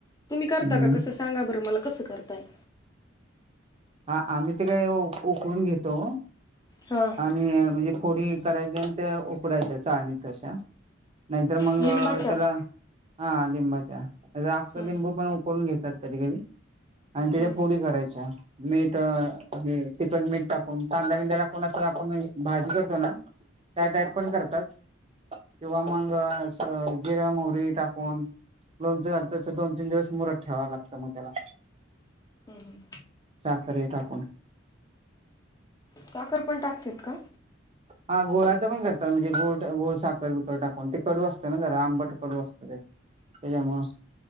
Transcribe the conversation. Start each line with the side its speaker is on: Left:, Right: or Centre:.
Left: तुम्ही करता
Right: हम्म
Left: का कसं सांगा बरं मला कसं करताय.
Right: हा आम्ही ते काय उकळून घेतो
Left: हा
Right: आणि म्हणजे फोडी करायची आणि ते उकडायच्या चाळणीत अशा नाही. तर मग
Left: लिंबाच्या
Right: त्याला हा लिंबाच्या आख
Left: हम्म,
Right: लिंबू पण उकळून घेत. कधी कधी आणि त्याच्या
Left: हम्म.
Right: फोडी करायच्या. मीठ तिखट मीठ टाकून कांदा बिंदा टाकून अस आपण भाजी करतो ना. त्या टाईप पण करतात. किंवा मंग अस जिरा मोहरी टाकून. लोणच दोन तीन दिवस मुरत ठेवावं लागतं मग त्याला.
Left: हम् हम.
Right: साखर हे टाकून.
Left: साखर पण टाकते का?
Right: हा गोळाचं पण करतात म्हणजे गूळ साखर बिकर टाकून ते कडू असत ना जरा आंबट कडू असतं ते तेच्या मुळ